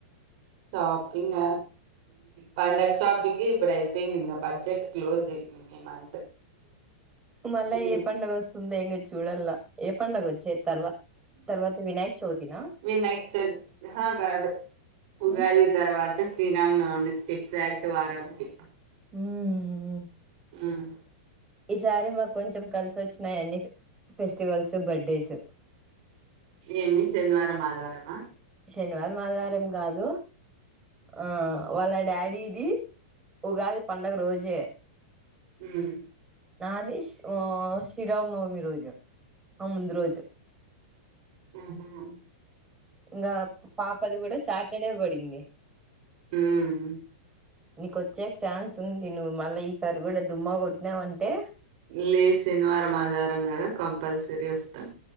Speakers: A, on the right (about 55°); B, on the right (about 15°).
A: షాపింగ్ పండగ షాపింగ్ ఇప్పుడు అయిపోయింది ఇ బడ్జెట్ క్లోజ్ అయిపోయింది ఈ మంత్
B: మళ్ళా
A: ఉమ్.
B: ఏ పండుగ వస్తుంది ఇంగ చూడల్లా ఏ పండుగ వచ్చేది తర్వా తర్వాత వినాయక చవితి నా
A: వినాయక ఆహా కాదు ఉగాది
B: ఉమ్.
A: తర్వా శ్రీరామనవమి ఎగ్జాక్ట్ వారంకి
B: హ్మ్
A: హ్మ్
B: ఈసారి మాకు కొంచెం కలిసి వచ్చినాయి అన్ని ఫెస్టివల్స్ బర్డేస్
A: ఏమి శనివారం ఆదివారమా
B: శనివారం ఆదివారం కాదు ఆ వాళ్ళ డాడీది ఉగాది పండగ రోజే
A: హ్మ్
B: నాది ఆ శ్రీరామనవమి రోజు ఆ ముందు రోజు
A: హ్మ్ హు
B: ఇంగా పాపది కూడా సాటర్డే పడింది
A: హ్మ్
B: నీకొచ్చేకి ఛాన్స్ ఉంది నువ్వు మళ్ళీ ఈసారి కూడా డుమ్మా కొట్టినావంటే
A: లే శనివారం ఆదివారం కదా కంపల్సరీ వస్తా